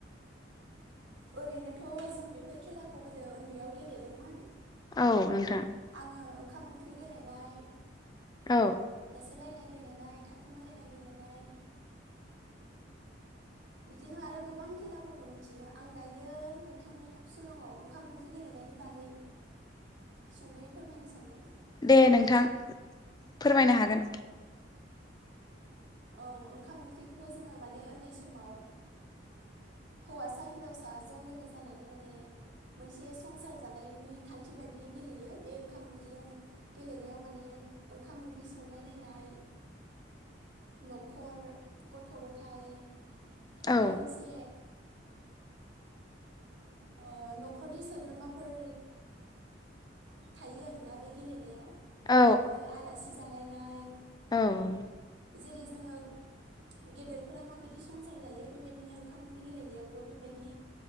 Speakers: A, on the right; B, on the left.
A: ओरैनोथ जों बेफोर खेलाखौ गोदो उन्दैयाव गेलेदोंमोन
B: औ नोंथां
A: आङो ओंखाम ओंख्रि गेलेनाय
B: औ
A: होसोलायनाय गेलेनाय, थाखोमालायनाय गेलेनाय, बिदिनो आरो गोबां खेलाफोरखौ मिथियो आं दायो नोंथांनि सिगाङाव ओंखाम ओंख्रि गेलेनायनि बागै सुंदयै फोरमायनो सानदों
B: दे नोंथां फोरमायनो हागोन
A: औ ओंखाम ओंख्रिखौथ जोंङो माने उन्दै समाव हौवासा हिनजावसा ज लोगो जानानै माने मोनसे संसार जानायनि खान्थि बायदि गेलेयो बे ओंखाम ओंख्रियाव गेलेनायाव माने ओंखाम ओंख्रि संलायलायनाय नखर, गथ- गथाइ माने
B: औ
A: मोनसे ओ नखरनि सोद्रोमाफोर थायो आरोना बे गेलेनायाव। बेबायदिनो
B: औ
A: आलासि जा लायनाय
B: औ
A: जेरै जोंङो गेदेरफोरा माबायदि संसार जायो बेबायदिनो ओंखाम ओंख्रि गेलेनायावबो बेबायदि